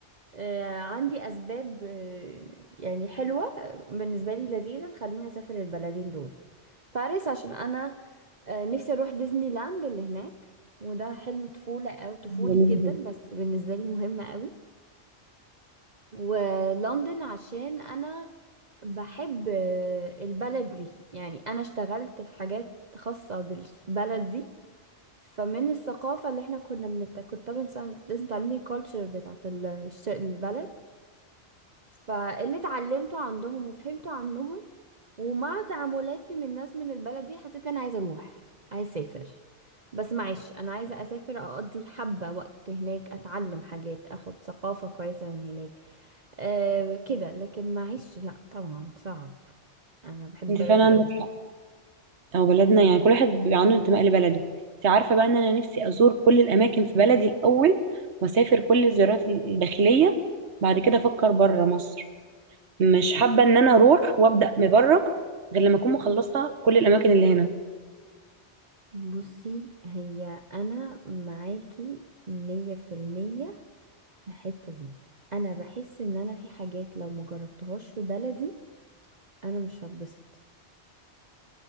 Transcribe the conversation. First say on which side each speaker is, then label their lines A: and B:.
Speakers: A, on the right; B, on the right.
A: آه، عندي اسباب آه، يعني حلوه آه، بالنسبه لي لذيذه تخليني اسافر البلدين دول باريس عشان انا آه، نفسي اروح ديزني لاند اللي هناك وده حلم طفوله او طفولي
B: جميل
A: جدا
B: جدا
A: بس بالنسبه لي مهم قوي ولندن عشان انا بحب آه، البلد دي يعني انا اشتغلت في حاجات خاصة بالبلد دي فمن الثقافة اللي احنا كنا بنت كنت طبعا سا- لازم تعلمي الكالتشر بتاعت ال- الش- البلد فاللي اتعلمته عندهم وفهمته عنهم ومع تعاملاتي من الناس من البلد دي حسيت ان انا عايزة اروح عايزة اسافر بس معيش انا عايزة اسافر اقضي حبة وقت هناك اتعلم حاجات اخد ثقافة كويسة من هناك أه كده لكن معيش لا طبعا صعب انا بحب
B: انت
A: بلدي
B: فعلا عندك
A: قوي
B: حق او بلدنا يعني كل واحد بيبقى عنده انتماء لبلده انت عارفه بقى ان انا نفسي ازور كل الاماكن في بلدي الاول واسافر كل الزيارات الداخليه بعد كده افكر بره مصر مش حابه ان انا اروح وابدا من بره غير لما اكون مخلصه كل الاماكن اللي هنا
A: بصي هي انا معاكي مية في المية في الحتة دي انا بحس ان انا في حاجات لو مجربتهاش في بلدي انا مش هتبسط